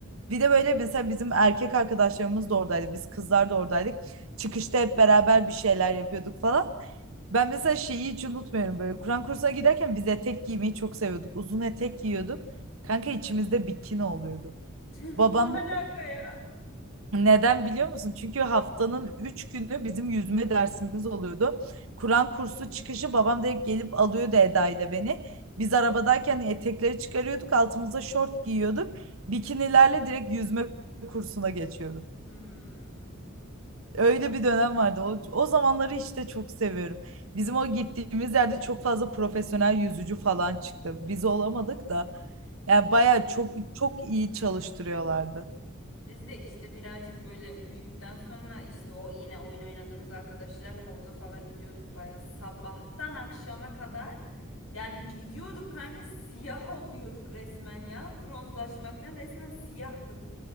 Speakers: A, on the right; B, on the left.
A: Bir de böyle mesela bizim erkek arkadaşlarımız da oradaydı. Biz kızlar da oradaydık. Çıkışta hep beraber bir şeyler yapıyorduk falan. Ben mesela şeyi hiç unutmuyorum böyle. Kur'an kursuna giderken biz etek giymeyi çok seviyorduk. Uzun etek giyiyorduk. Kanka içimizde bikini oluyordu.
B: <laughs>
A: Babam
B: Ne alaka ya?
A: neden biliyor musun? Çünkü haftanın üç günü bizim yüzme dersimiz oluyordu. Kur'an kursu çıkışı babam direkt gelip alıyordu Eda ile beni. Biz arabadayken etekleri çıkarıyorduk, altımıza şort giyiyorduk. Bikinilerle direkt yüzme kursuna geçiyorduk.
B: Hmm.
A: Öyle bir dönem vardı. O, o zamanları işte çok seviyorum. Bizim o gittiğimiz yerde çok fazla profesyonel yüzücü falan çıktı. Biz olamadık da. Yani bayağı çok çok iyi çalıştırıyorlardı.
B: Biz de işte birazcık böyle büyüdükten sonra işte o yine oyun oynadığımız arkadaşlarla havuza falan gidiyorduk baya sabahtan akşama kadar. Yani gidiyorduk kanka siyah oluyorduk resmen ya. Bronzlaşmaktan resmen siyahtık.